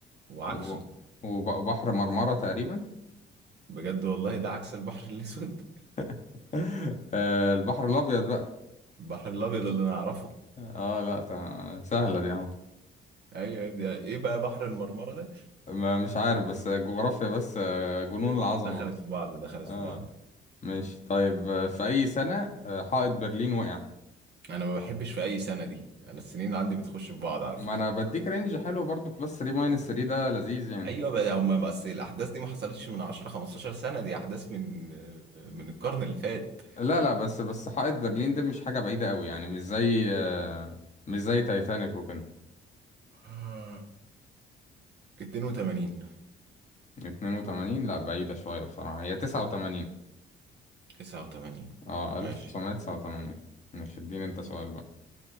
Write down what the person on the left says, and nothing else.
و- وب- وبحر مرمرة تقريبا
<laughs> آه، البحر الأبيض بقى
اه لا تا- سهلة دي اهو
ما- مش عارف بس جغرافيا بس آه، جنون العظمة
بس
اه
ماشي طيب آه، في أي سنة آه، حائط برلين وقع
ما
انا بديك رينج حلو برضو بلس 3 ماينس 3 ده لذيذ يعني
لا لا بس بس حائط برلين ده مش حاجة بعيدة قوي يعني مش زي آه، مش زي تايتانيك وكده
82 لا بعيدة شوية بصراحة هي 89
اه 1989
مش اديني انت سؤال بقى